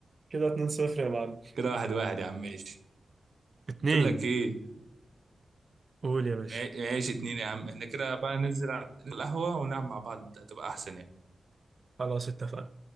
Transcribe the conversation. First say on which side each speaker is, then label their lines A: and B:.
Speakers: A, on the right; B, on the right.
A: كده 2-0 يا معلم
B: كده واحد واحد يا عم ماشي
A: اتنين
B: بقول لك ايه
A: قول يا باشا
B: ما- ماشي اتنين يا عم احنا كده بقى ننزل على القهوه ونلعب مع بعض ده هتبقى احسن
A: خلاص اتفقنا